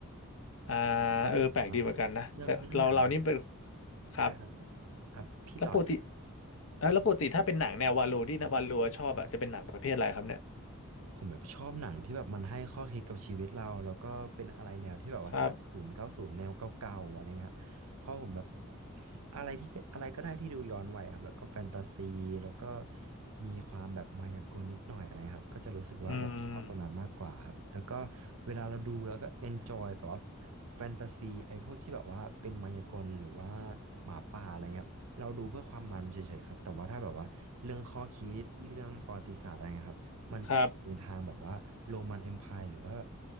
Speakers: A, on the left; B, on the right.
A: อ่า
B: ก็คือผมอะ
A: เออแปลกดีเหมือนกันนะแต่เราเรานี่เป็น
B: เรื่องเรื่องหนัง
A: ครับ
B: ใช่ครับผมอ่ะพี่ต่อ
A: แล้วปกติเออแล้วปกติถ้าเป็นหนังแนววาโลที่นะวาโลชอบอ่ะจะเป็นหนังประเภทอะไรครับเนี่ย
B: ผมแบบชอบหนังที่แบบมันให้ข้อคิดกับชีวิตเราแล้วก็เป็นอะไรแนวที่แบบว่าเก้าศูนย์เก้าศูนย์แนวเก่าๆอะไรเงี้ยครับเพราะผมแบบ
A: ครับ
B: <sniffs> อะไรที่อะไรก็ได้ที่ดูย้อนวัยครับแล้วก็แฟนตาซีแล้วก็มีความแบบมายากลนิดหน่อยอะไรครับก็จะรู้สึกว่าเราชอบตรงนั้นมากกว่าครับแล้วก็
A: อืม
B: เวลาเราดูแล้วก็เอนจอยแต่ว่าแฟนตาซีไอ้พวกที่แบบว่าเป็นมายากลหรือว่าหมาป่าอะไรเงี้ยครับเราดูเพื่อความมันเฉยๆครับแต่ว่าถ้าแบบว่าเรื่องข้อคิดเรื่องประวัติศาสตร์อะไรเงี้ยครับ มันก็จะในทางแบบว่าโรมันเอ็มไพายหรือว่า
A: ครับ